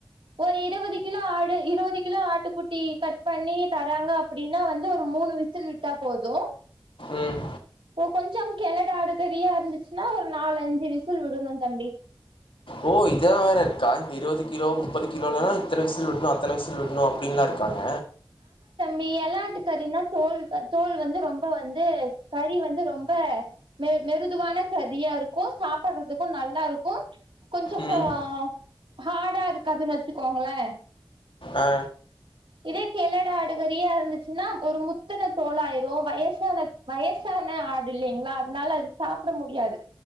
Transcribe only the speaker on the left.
ம்
ஓ இதா வேற இருக்கா இந்த இருவது கிலோ முப்பது கிலோலா இத்தன விசில் விட்னு அத்தன விசில் விட் னு அப்டின்லா இருக்காங்க
ம்
ஆ